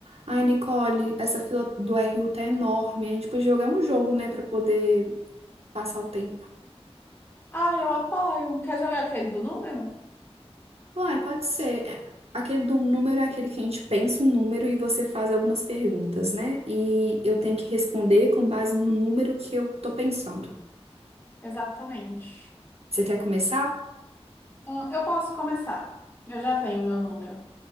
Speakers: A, on the right; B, on the left.
A: Ai, Nicole, essa fila do RU tá enorme. A gente podia jogar um jogo, né, pra poder passar o tempo.
B: Ah, eu apoio. Quer jogar aquele do número?
A: Uai, pode ser. É, Aquele do número é aquele que a gente pensa um número e você faz algumas perguntas, né? E eu tenho que responder com base no número que eu tô pensando.
B: Exatamente.
A: Você quer começar?
B: Ah, Eu posso começar. Eu já tenho o meu número.